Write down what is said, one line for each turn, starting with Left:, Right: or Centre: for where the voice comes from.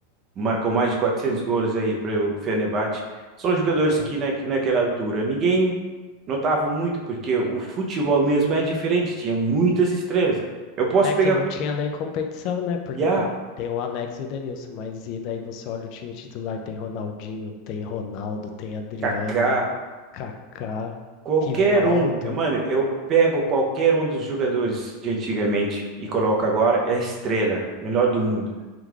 Right: marcou mais de 400 gols aí para o Fenerbahçe. São jogadores
Left: sim.
Right: que na, naquela altura ninguém notava muito, porque o futebol mesmo é diferente, tinha muitas estrelas. Eu posso
Left: É que
Right: pegar.
Left: não tinha nem competição, né? Porque,
Right: E ah,
Left: pô, tem o Alex e o Denilson, mas e daí você olha o time titular, tem Ronaldinho, tem Ronaldo, tem Adriano,
Right: Kaká,
Left: Kaká,
Right: Qualquer
Left: Rivaldo.
Right: um, É, mano, eu pego qualquer um dos jogadores de antigamente e coloco agora, é estrela, melhor do mundo.